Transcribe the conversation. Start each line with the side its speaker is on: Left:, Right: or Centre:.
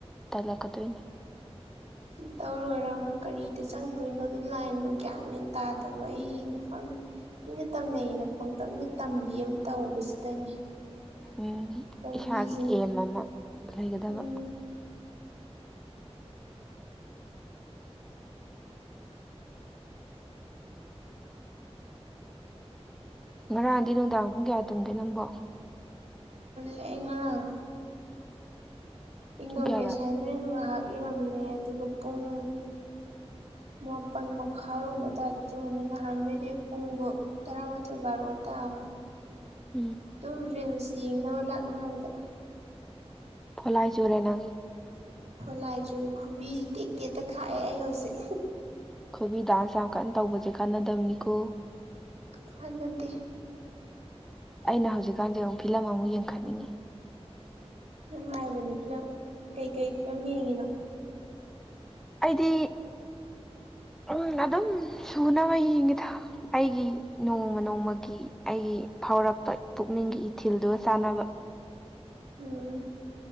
Centre: ꯇꯜꯂꯛꯀꯗꯣꯏꯅꯤ
Right: ꯁꯤ ꯇꯧꯔꯣꯏꯔꯥ ꯑꯃꯨꯛ ꯀꯔꯤꯗ ꯆꯪꯗꯣꯏꯅꯣꯗꯣ ꯂꯥꯏꯟꯗꯣ ꯒ꯭ꯌꯥꯃꯦꯟ ꯇꯥꯗꯕ ꯑꯩꯅ ꯈꯪꯗ ꯏꯅ ꯇꯝꯅꯩꯩꯅ ꯄꯪꯇꯝꯗ ꯇꯝꯕꯤ ꯑꯃ ꯇꯧꯕꯁꯤꯗꯅꯦ
Centre: ꯎꯝ
Right: ꯂꯝꯕꯤꯁꯦ
Centre: ꯏꯁꯥꯒꯤ ꯑꯦꯟ ꯑꯃ ꯂꯩꯒꯗꯕ
Right: ꯎꯝ
Centre: ꯉꯔꯥꯡꯗꯤ ꯅꯨꯡꯗꯥꯡ ꯄꯨꯡ ꯀꯌꯥ ꯇꯨꯝꯒꯦ ꯅꯪꯕꯣ
Right: ꯂꯏꯉꯥꯡ ꯏꯪꯅꯧꯒꯤ
Centre: ꯄꯨꯡ ꯀꯌꯥꯗ
Right: ꯑꯦꯁꯥꯏꯟꯃꯦꯟ ꯉꯥꯏꯍꯥꯛ ꯏꯔꯝꯃꯦ ꯑꯗꯨꯒ ꯄꯨꯡ
Centre: <inaudible>
Right: ꯃꯥꯄꯜ ꯃꯈꯥꯏꯒꯨꯝꯕ ꯑꯗꯨꯋꯥꯏꯗ ꯇꯨꯝꯉꯝꯃꯦ ꯅꯍꯥꯟꯈꯩꯗꯤ ꯄꯨꯡꯗꯣ ꯇꯔꯥꯃꯥꯊꯣꯏ ꯕꯥꯔꯣ ꯇꯥꯕꯅꯤ
Centre: ꯎꯝ
Right: ꯑꯗꯨꯝ ꯔꯤꯜꯁ ꯌꯦꯡꯅꯕ ꯂꯥꯛꯅꯕꯗ
Centre: ꯐꯣꯂꯥꯏꯁꯨꯣꯔꯦ ꯅꯪ
Right: ꯈꯣꯠꯂꯥꯏ ꯆꯨꯔꯦ ꯈꯨꯕꯤ ꯇꯦꯛ ꯇꯦꯛꯇ ꯈꯥꯛꯑꯦ ꯑꯩ ꯍꯧꯖꯤꯛ
Centre: ꯑꯩꯣꯏꯕꯤ ꯗꯥꯟꯁ ꯌꯥꯝ ꯀꯟꯅ ꯇꯧꯕꯁꯦ ꯀꯥꯟꯅꯗꯕꯅꯤꯀꯣ
Right: ꯐꯅꯠꯇꯦ
Centre: ꯑꯩꯅ ꯍꯧꯖꯤꯛꯀꯥꯟꯁ ꯑꯃꯨꯛ ꯐꯤꯂꯝ ꯑꯃꯨꯛ ꯌꯦꯡꯈꯠꯅꯤꯡꯉꯤ
Right: ꯅꯨꯡꯉꯥꯏꯕꯅꯤ ꯐꯤꯂꯝ ꯀꯩꯀꯩ ꯐꯤꯂꯝ ꯌꯦꯡꯉꯤꯅꯣ
Centre: ꯑꯩꯗꯤ ꯎꯝ ꯑꯗꯨꯝ ꯁꯨꯅꯕ ꯌꯦꯡꯉꯤꯗ ꯑꯩꯒꯤ ꯅꯣꯡꯃ ꯅꯣꯡꯃꯒꯤ ꯑꯩꯒꯤ ꯐꯥꯎꯔꯛꯄ ꯄꯨꯛꯅꯤꯡꯒꯤ ꯏꯊꯤꯜꯗꯨꯒ ꯆꯥꯟꯅꯕ
Right: ꯎꯝ